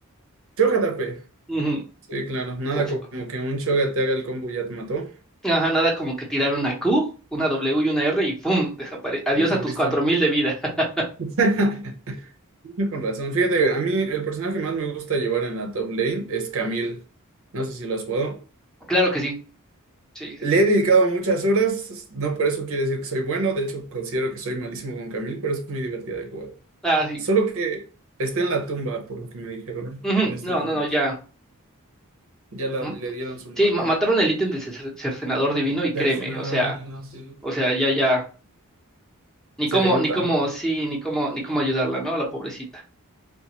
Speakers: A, on the right; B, in the centre.
A: Choca tape.
B: Ujú.
A: Sí, claro. Nada
B: Fu- fu-
A: como que un Choga te haga el combo y ya te mató.
B: Ajá, nada como que tirar una Q, una W y una R y ¡pum! Desaparece. Adiós
A: Y Pues
B: a tus
A: listo.
B: cuatro mil de vida. <laughs>
A: <laughs> Con razón. Fíjate, a mí el personaje que más me gusta llevar en la top lane es Camille. No sé si lo has jugado.
B: Claro que sí. Sí, sí,
A: Le
B: sí.
A: he dedicado muchas horas. No por eso quiere decir que soy bueno. De hecho, considero que soy malísimo con Camille, pero es muy divertida de jugar.
B: Ah, sí.
A: Solo que está en la tumba, por lo que me dijeron
B: Ujú.
A: en este
B: No,
A: momento.
B: no, no, ya.
A: Ya la-
B: Mm.
A: le dieron su muerte.
B: Sí, ma- mataron el ítem de cer- cercenador divino y créeme,
A: Cercenador
B: o sea,
A: de niños, y
B: o sea, ya, ya. Ni
A: Se
B: cómo,
A: le nota.
B: ni cómo, sí, ni cómo, ni cómo ayudarla, ¿no? A la pobrecita,